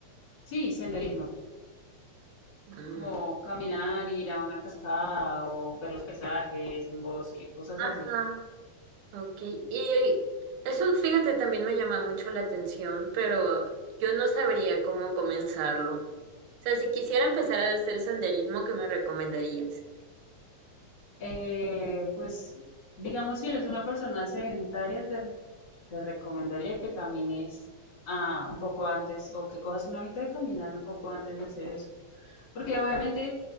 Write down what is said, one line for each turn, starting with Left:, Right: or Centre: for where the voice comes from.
Left: sí, senderismo,
Right: Mm,
Left: como caminar, ir a una cascada o ver los paisajes en bosque, cosas
Right: Ajá.
Left: así.
Right: Ok, y eso fíjate también me llama mucho la atención, pero yo no sabría cómo comenzarlo. O sea, si quisiera empezar a hacer senderismo, ¿qué me recomendarías?
Left: Eh, pues digamos, si eres una persona sedentaria, te te recomendaría que camines ah, un poco antes o que cojas una mitad de caminar un poco antes de hacer eso. Porque obviamente